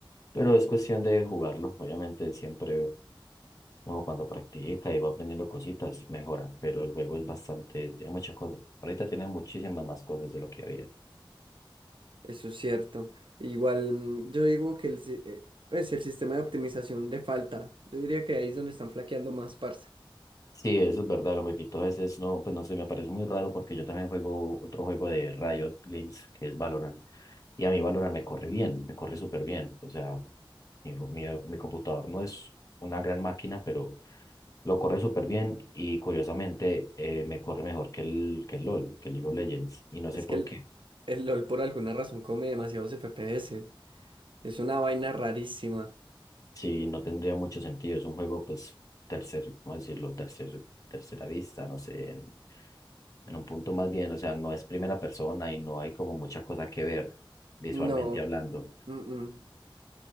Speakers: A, on the left (about 40°); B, on the right (about 65°).
A: pero es cuestión de jugarlo. Obviamente siempre uno cuando practica y va aprendiendo cositas, mejoran, pero el juego es bastante, tiene muchas cosas. Ahorita tiene muchísimas más cosas de lo que había.
B: Eso es cierto. Igual mm, yo digo que el, si- eh, pues el sistema de optimización de falta, yo diría que ahí es donde están flaqueando más, parce.
A: Sí, eso es verdad, el jueguito a veces no, pues no sé, me parece muy raro porque yo también juego otro juego de Riot Games que es Valorant y a mí Valorant me corre bien, me corre súper bien, o sea, mi, mi, mi computador no es una gran máquina, pero lo corre súper bien y curiosamente eh, me corre mejor que el, que el LOL, que el League of Legends y no
B: Es
A: sé por
B: que el,
A: qué,
B: el LOL por alguna razón come demasiados FPS. Es una vaina rarísima.
A: Sí, no tendría mucho sentido. Es un juego, pues, tercer, ¿cómo decirlo? Tercer, tercera vista, no sé, en, en un punto más bien, o sea, no es primera persona y no hay como mucha cosa que ver visualmente
B: No,
A: hablando.
B: mm-mm.